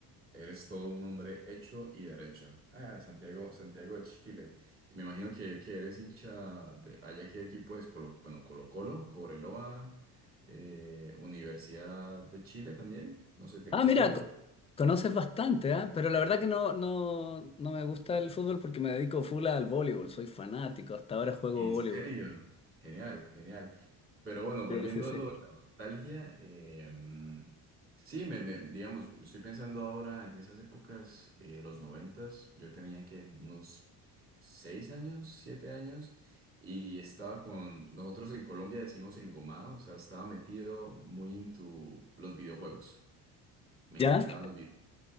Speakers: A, on the right; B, on the left.
A: Eres todo un hombre hecho y derecho. Ah, Santiago, Santiago de Chile. Me imagino que, que eres hincha de allá qué equipo es Colo, bueno, Colo-Colo, Cobreloa, eh, Universidad de Chile también. No sé, ¿te
B: Ah,
A: gusta
B: mira,
A: el fútbol?
B: co- conoces bastante, ¿ah? Pero la verdad que no, no, no me gusta el fútbol porque me dedico full al voleibol, soy fanático, hasta ahora juego
A: ¿En
B: voleibol.
A: serio? Genial, genial. Pero bueno, volviendo
B: Sí, sí, sí.
A: a lo de la nostalgia, eh, sí, me, me- digamos, estoy pensando ahora en esas épocas, eh, los noventas, yo tenía que unos seis años, siete años, y estaba con, nosotros en Colombia decimos engomado, o sea, estaba metido muy into los videojuegos. Me
B: ¿Ya?
A: encantaban los videojuegos.